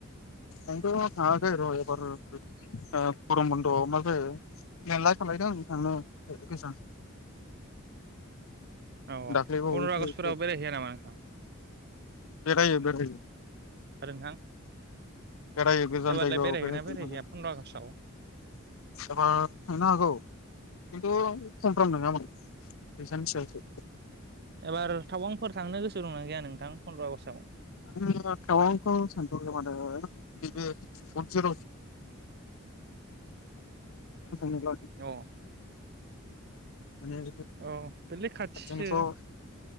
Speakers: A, on the left; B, on the right.
A: आंथ' थाङाखै र' एबार गरम बन्द'आव मा जायो <unintelligible> खालायदों <unintelligible>
B: औ
A: दाख्लै बावैसो
B: फन्द्र' आगषटफोराव
A: एसे
B: बेरायहैया नामा नोंथां
A: बेरायो बेरायो
B: आरो नोंथां
A: बेरायो गोजान
B: एबारलाय
A: जायगायाव
B: बेरायहैगोना
A: बेरायो
B: बेरायहैया पन्द्र' आगष्टआव
A: एबार थांनो हागौ खिन्थु खमफ्राम नङामोन फैसानि सायावसो
B: एबार थावउांफोर थांनो गोसो दंना गैया नोंथां पन्द्र' आगष्टआव
A: आङो थावांखौ सानथवाखै माथो <unintelligible> सानदो माने <unintelligible>
B: अ
A: माने
B: औ बेलाय खाथिसो
A: खाथिनिखौ